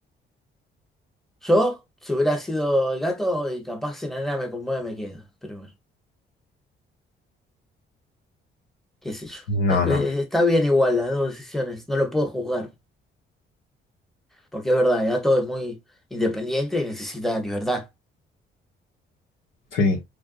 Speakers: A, in the centre; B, on the left.
A: yo, si hubiera sido el gato y capaz si la nena me conmueve, me quedo, pero bueno. qué sé yo.
B: No,
A: Es que
B: no,
A: eh, está bien igual las dos decisiones, no lo puedo juzgar, porque es verdad, ya todo es muy independiente y necesita libertad.
B: sí.